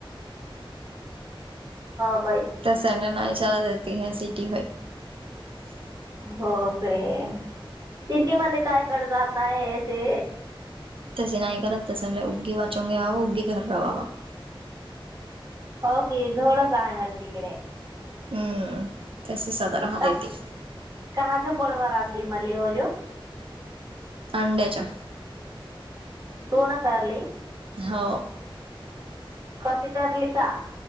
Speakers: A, on the right (about 40°); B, on the right (about 75°).
A: <unintelligible>
B: <unintelligible>
A: हो तिथी मन काय कड जात नाही ते
B: तशी नाय करत तस उगीव उगी <unintelligible> <unintelligible>
A: ओके थोडस आहे म्हण तिकडे
B: हम्म
A: <unintelligible>
B: तशी सदा राहत येते अंड्याच्या
A: सोना कारली
B: हो
A: कशी करली का